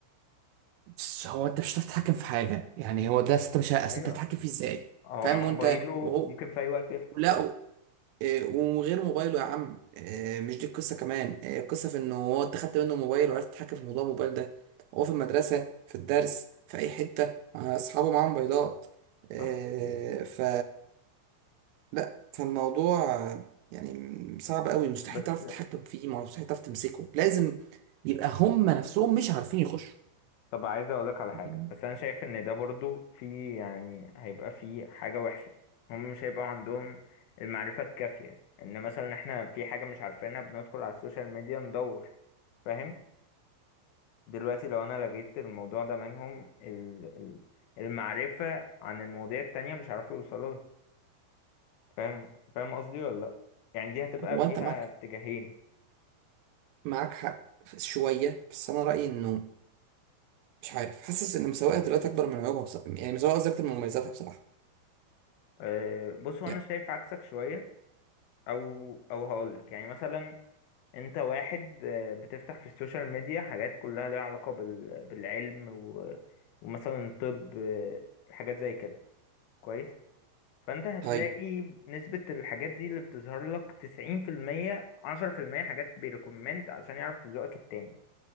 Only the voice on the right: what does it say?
بس هو انت مش هتعرف تتحكم في حاجة يعني هو ده انت مش ه- أصل
انت هتتحكم فيه ازاي
فاهم
وانت وهو
لا إيه... وغير موبايله يا عم إيه... مش دي القصة كمان إيه... القصة في انه هو انت خدت منه موبايل وعرفت تتحكم في موضوع الموبايل ده هو في المدرسة في الدرس في اي حتة مع اصحابه معاهم موبايلات إيه...
ف لا فالموضوع يعني صعب قوي مستحيل
تعرف تتحكم فيه ما هو مستحيل تعرف تمسكه لازم يبقى هم نفسهم مش عارفين يخشوا
يعني
هو
انت معاك
معاك حق شوية بس انا رأيي انه مش عارف حاسس ان مساواها دلوقتي اكبر من عيوبها بصراحة يعني مساواها قصدي اكتر من مميزاتها بصراحة
يعني
طيب